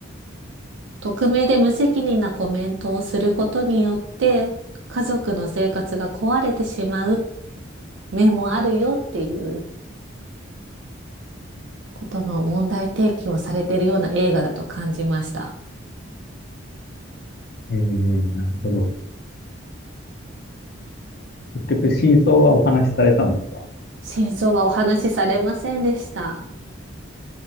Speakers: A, on the right; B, on the left.
A: 匿名で無責任なコメントをすることによって、家族の生活が壊れてしまう面もあるよっていうことの問題提起をされているような映画だと感じました。
B: えー、なるほど。結局、真相はお話しされたんですか
A: 真相はお話しされませんでした。